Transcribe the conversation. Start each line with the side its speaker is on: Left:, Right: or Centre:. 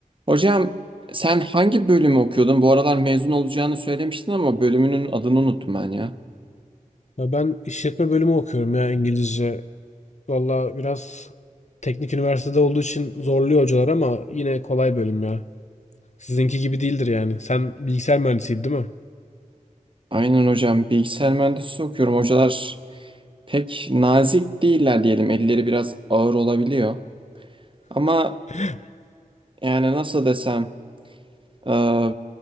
Right: Hocam sen hangi bölümü okuyordun? Bu aralar mezun olacağını söylemiştin ama bölümünün adını unuttum ben ya.
Left: Ya ben işletme bölümü okuyorum ya İngilizce. Valla biraz teknik üniversitede olduğu için zorluyor hocalar ama yine kolay bölüm ya. Sizinki gibi değildir yani. Sen bilgisayar mühendisiydin değil mi?
Right: Aynen hocam bilgisayar mühendisliği okuyorum. Hocalar pek nazik değiller diyelim. Elleri biraz ağır olabiliyor. Ama
Left: <laughs>
Right: yani nasıl desem e,